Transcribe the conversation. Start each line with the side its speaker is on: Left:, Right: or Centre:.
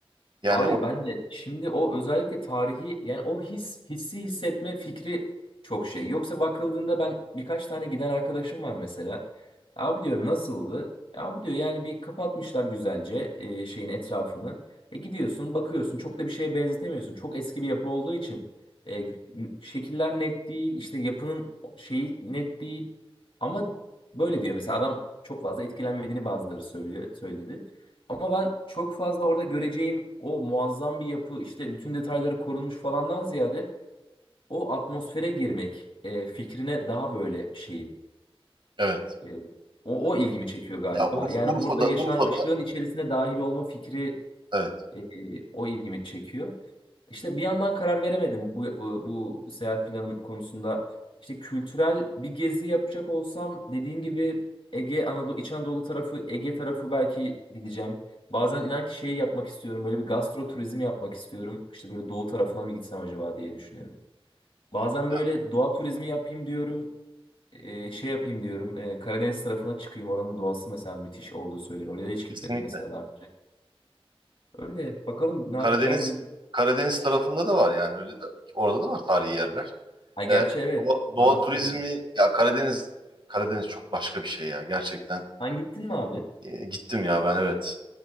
Right: Yani
Left: Abi
Right: o,
Left: ben de şimdi o özellikle tarihi yani o his hissi hissetme fikri çok şey. Yoksa bakıldığında ben birkaç tane giden arkadaşım var mesela. Abi diyorum nasıldı? E, Abi diyor yani bir kapatmışlar güzelce e, şeyin etrafını. E gidiyorsun bakıyorsun çok da bir şeye benzetemiyorsun. Çok eski bir yapı olduğu için e, şekiller net değil işte yapının şeyi net değil. Ama böyle diyor mesela adam çok fazla etkilenmediğini bazıları söylüyor söyledi. Ama ben çok fazla orada göreceğim o muazzam bir yapı işte bütün detayları korunmuş falandan ziyade o atmosfere girmek e, fikrine daha böyle şeyim.
Right: Evet.
Left: E, o, o ilgimi çekiyor galiba.
Right: ya Urf,
Left: Yani
Right: Urfa'da
Left: orada yaşanmışlığın
Right: Urfa'da
Left: içerisine dahil olma fikri
Right: evet
Left: e, e, o ilgimi çekiyor. İşte bir yandan karar veremedim bu, bu, bu seyahat planım konusunda. İşte kültürel bir gezi yapacak olsam dediğin gibi Ege, Anadolu, İç Anadolu tarafı, Ege tarafı belki gideceğim. Bazen inan ki şeyi yapmak istiyorum. Böyle bir gastro turizmi yapmak istiyorum. İşte böyle doğu tarafına mı gitsem acaba diye düşünüyorum. Bazen
Right: ya
Left: böyle doğa turizmi yapayım diyorum. E, şey yapayım diyorum. E, Karadeniz tarafına çıkayım. Oranın doğası mesela müthiş olduğu söyleniyor. Oraya da hiç gitmedim
Right: kesinlikle.
Left: mesela daha önce. Öyle. Bakalım ne yapacağımı
Right: Karadeniz Karadeniz tarafında da var yani öyle de orada da var tarihi yerler.
Left: Ha gerçi
Right: Ee,
Left: evet.
Right: doğa, doğa
Left: Manastır
Right: turizmi
Left: var.
Right: ya Karadeniz Karadeniz çok başka bir şey ya gerçekten.
Left: Sen gittin mi abi?
Right: Ee, gittim ya ben evet.